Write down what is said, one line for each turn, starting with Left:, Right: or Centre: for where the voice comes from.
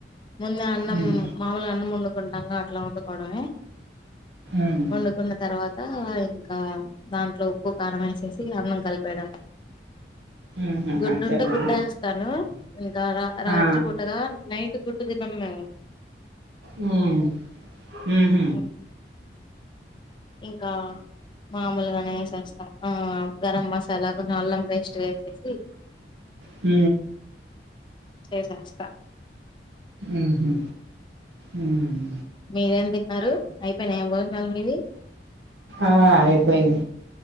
Left: ముందే అన్నం
Right: ఉమ్
Left: మాముూలు అన్నం వండుకుని అంగా అట్లా వండుకోడమే
Right: ఉమ్
Left: వండుకున్న తర్వాత ఇంకా దాంట్లో ఉప్పు కారం వేసేసి అన్నం కలిపేయడమే
Right: ఉహు
Left: గుడ్డుంటే
Right: అంతేనా
Left: గుడ్డు వేస్తాను ఇంకా రా రాత్రి
Right: ఆ
Left: పూటగా నైట్ కుకున్నా మే
Right: ఆహ
Left: హ్మ్. ఇంకా మామూలుగా స్తా గరం మసాలా కొంచెం అల్లం పేస్ట్ వేసేసి
Right: హ
Left: చేసేస్తా
Right: ఉహు ఉమ్
Left: మీరేం తిన్నారు అయిపోయినా ఏ బోగుండాలి మీది
Right: ఆ అయిపోయిని